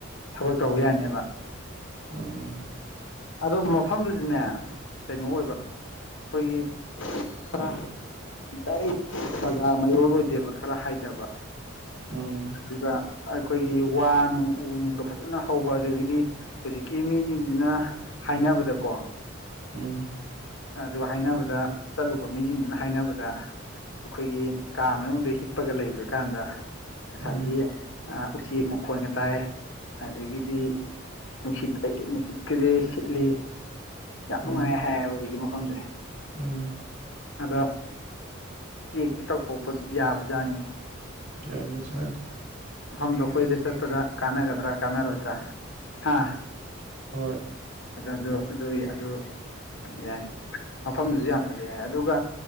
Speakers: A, on the left; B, on the right.
A: ꯊꯕꯛ ꯇꯧꯕ ꯌꯥꯅꯦꯕ
B: ꯎꯝ
A: ꯑꯗꯣ ꯃꯐꯝꯗꯨꯁꯨꯅꯦ ꯀꯩꯅꯣ ꯑꯣꯏꯕ ꯈꯣꯏꯒꯤ ꯈꯔ ꯗꯥꯏꯔꯦꯛ ꯕꯖꯥꯔ ꯃꯌꯣꯜ ꯑꯣꯏꯗꯦꯕ ꯈꯔ ꯍꯥꯏꯗꯕ
B: ꯎꯝ
A: ꯑꯗꯨꯒ ꯑꯩꯈꯣꯏꯒꯤ ꯋꯥ ꯅ‌ꯣꯡ ꯎ ꯅ‌ꯣꯡꯒ ꯐꯖꯅ ꯍꯧꯕ ꯑꯗꯒꯤꯗꯤ ꯍꯧꯖꯤꯛꯀꯤ ꯃꯤꯁꯤꯡꯁꯤꯅ ꯍꯥꯏꯅꯕꯗꯀꯣ
B: ꯎꯝ
A: ꯑꯗꯨ ꯍꯥꯏꯅꯕꯗ ꯆꯠꯂꯨꯕ ꯃꯤꯁꯤꯡꯗꯨꯅ ꯍꯥꯏꯅꯕꯗ ꯑꯩꯈꯣꯏꯒꯤ ꯀꯥ ꯃꯅꯨꯡꯗ ꯍꯤꯞꯄꯒ ꯂꯩꯕꯥ ꯀꯥꯟꯗ ꯉꯁꯥꯏꯒꯤ
B: ꯎꯝ
A: ꯎꯆꯦꯛ ꯃꯈꯣꯟꯒ ꯇꯥꯏ ꯫ ꯑꯗꯒꯤꯗꯤ ꯅꯨꯡꯁꯤꯠ ꯑꯩ ꯅꯨꯡꯁꯤꯠꯀꯖ‌ꯦ ꯁꯤꯠꯂꯤ ꯫ ꯌꯥꯝ
B: ꯎꯝ
A: ꯅꯨꯡꯉꯥꯏꯌꯦ ꯍꯥꯏꯌꯦꯕ ꯍꯧꯖꯤꯛꯀꯤ ꯃꯐꯝꯁꯦ ꯫
B: ꯎꯝ
A: ꯑꯗ‌ꯣ ꯆꯦꯛꯇꯤ ꯇꯧꯊꯣꯛꯄ ꯌꯥꯕ ꯖꯥꯠꯅꯤꯅꯦ ꯫
B: ꯌꯥꯕꯖꯥꯠꯅ‌ꯦ
A: ꯃꯐꯝꯗꯣ ꯑꯩꯈꯣꯏꯗ ꯆꯠꯄꯗ ꯀꯥꯟꯅꯒꯗ꯭ꯔꯥ ꯀꯥꯟꯅꯔꯣꯏꯗ꯭ꯔꯥ ꯍꯥ?
B: ꯍ‌ꯣꯏ
A: ꯑ ꯑꯗꯨ ꯑꯗꯨ ꯑꯗꯨ ꯌꯥꯏ ꯃꯐꯝꯗꯨꯗꯤ ꯌꯥꯝ ꯐꯖꯩ ꯍꯥꯏ ꯑꯗꯨꯒ